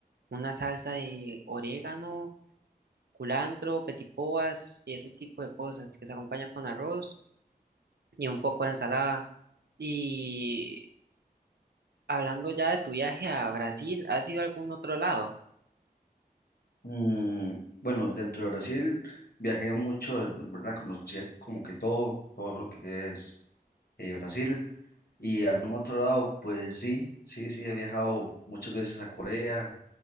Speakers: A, on the right; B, on the left.
A: una salsa de orégano, culantro, petipoas y ese tipo de cosas, que se acompaña con arroz y un poco de ensalada. Y hablando ya de tu viaje a Brasil, ¿has ido a algún otro lado?
B: Mm, bueno, dentro de Brasil viajé mucho, ¿verdad? Conocía como que todo, todo lo que es eh, Brasil. Y algún otro lado, pues sí, sí, sí, he viajado muchas veces a Corea,